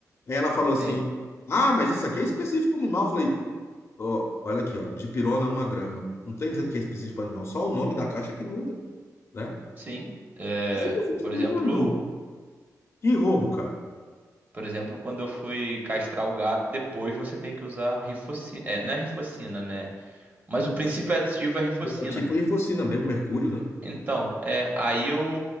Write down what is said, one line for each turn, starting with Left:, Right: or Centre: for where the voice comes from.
Left: Aí ela falou
Right: Sim,
Left: assim, ah, mas isso aqui é específico para animal. Eu falei, ó, olha aqui, ó, de pirona uma grama. Não tem dizendo que é específico para animal, só o nome da caixa que muda, né?
Right: sim. É,
Left: Aí eu fiquei,
Right: por
Left: mano,
Right: exemplo,
Left: que roubo, cara.
Right: por exemplo, quando eu fui castrar o gato, depois você tem que usar rifocina. É, não é rifocina, né? Mas o princípio ativo é rifocina.
Left: É tipo rifocina mesmo, mercúrio, né?
Right: Então, é, aí eu,